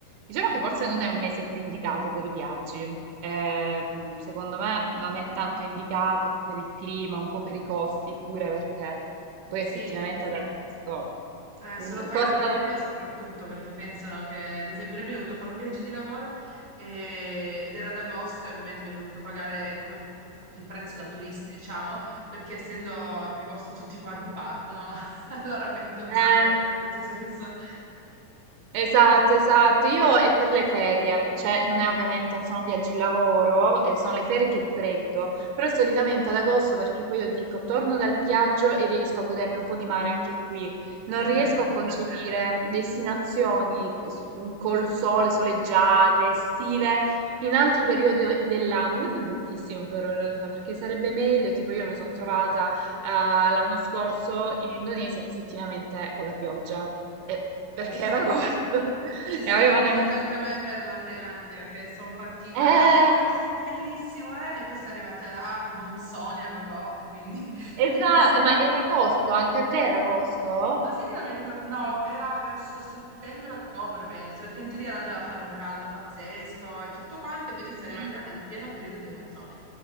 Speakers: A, on the right; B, on the right.
A: diciamo che forse non è un mese più indicato per i viaggi. Eh, mm, secondo me non è tanto indicato, un po' per il clima, un po' per i costi, pure perché poi
B: Sì.
A: effettivamente ad agosto
B: Eh,
A: mm,
B: se lo fai
A: costano
B: dall'Italia
A: un po'.
B: soprattutto perché pensano che, ad esempio, noi abbiamo dovuto fare un viaggio di lavoro e- ed era ad agosto e ovviamente abbiamo dovuto pagare come il prezzo da turisti, diciamo, perché essendo che agosto tutti quanti partono, <laughs> allora mettono sti
A: Eh,
B: prezzi senza senso.
A: esatto, esatto. Io è per le ferie, cioè non è ovviamente, sono viaggi lavoro, e sono le ferie che mi prendo, però solitamente ad agosto perché poi io dico torno dal viaggio e riesco a godermi un po' di mare anche qui. Non
B: È
A: riesco
B: vero.
A: a concepire destinazioni s- mhmm, col sole, soleggiate, estive. In altri periodi dell'anno, questo è bruttissimo però in realtà, perché sarebbe meglio, tipo io mi sono trovata eh, l'anno scorso in Indonesia, che effettivamente con la pioggia, eh, perché
B: Eh sì.
A: era agosto <laughs>
B: Sì,
A: e
B: sì,
A: avevano...
B: è capitato anche a me per la Thailandia, che sono partita,
A: Eh,
B: no, è bellissimo, eh? E poi sono arrivata là, monsoni a gogo, e quindi...
A: esa-
B: <laughs>
A: ma era agosto, anche a te era agosto?
B: Ma sai che non mi ricordo? No, era verso settembre-ottobre, penso, perché in teoria là doveva fare un caldo pazzesco e tutto quanto, invece si è arrivati
A: Mm.
B: là nel pieno periodo dei monsoni.